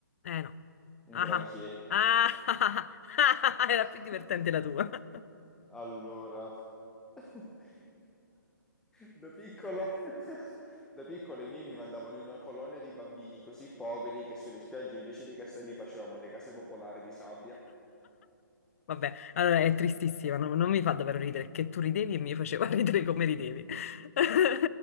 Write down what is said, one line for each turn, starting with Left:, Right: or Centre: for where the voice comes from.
Left: Eh no.
Centre: un
Left: Ah,
Centre: granché.
Left: ah, ah, <laughs> ah, ah, ah, <laughs> era
Centre: <laughs>
Left: più divertente la tua. <laughs>
Centre: Allora, <laughs> da piccolo, da piccolo i miei mi mandavano in una colonia di bambini così poveri che sulle spiagge invece dei castelli facevamo le case popolari di sabbia.
Left: Vabbè, allora è tristissima, non, non mi fa davvero ridere, che tu ridevi e mi faceva <laughs> ridere come ridevi. <laughs>